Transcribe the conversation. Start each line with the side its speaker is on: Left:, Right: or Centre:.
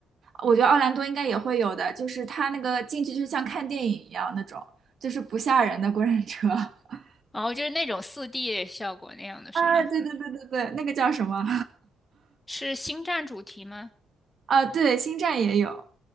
Right: 我觉得奥兰多应该也会有的，就是它那个进去就像看电影一样那种，就是不吓人的过山车。<laughs>
Left: 哦，就是那种四 d 效果那样的是吗？
Right: 啊，对对对对对，那个叫什么？
Left: 是星战主题吗？
Right: <laughs> 啊，对，星战也有，